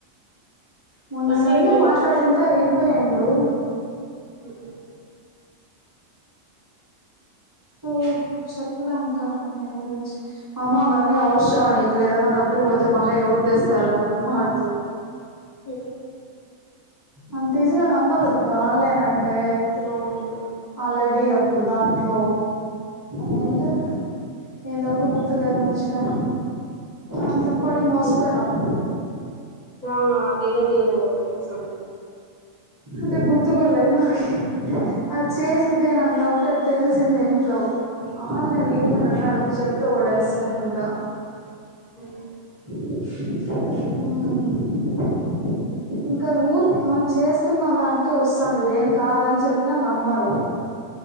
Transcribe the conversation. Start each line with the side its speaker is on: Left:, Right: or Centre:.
Right: మొన్న
Left: అంటే
Right: సండే
Left: ఇంట్లో
Right: మాట్లాడింట అయిపోయిండు
Left: అఓకే
Right: సో చెప్పలే అంకల్ అమాయి గురించి మామ్మ అవన్నీ అవసరం నీకు ఏదనా డబ్బులు పోతే మళ్ళా ఎవరు తెస్తారో అది దమాడుతుంది
Left: హ
Right: అంత ఈజీగా నమ్మరు కదు ఇంకా ఆన్లైన్ అంటే
Left: అవును
Right: ఆల్రెడి అ ఇప్పుడు దాంట్లో అదేంట నేనుప్పుడు గుర్తులేదు మర్చిపోను అందుకు పడి
Left: ఏంటి
Right: మోసిపోయినాము
Left: ఆ అదే ఇద ఏ స
Right: అదే గుర్తుకల్లేదు నాకే అది చేసదే నంగా అట తెలిసింది ఇంట్లో ఆన్లైన్ ఏన్నా అందురు చెప్తా కూడా స ఇంకా
Left: ఉ
Right: ఆ ఇంకా ఊరికి మనం చేస్తున్న దానికే వస్తుంది ఇదేం కాదని చెప్పిన నమ్మరు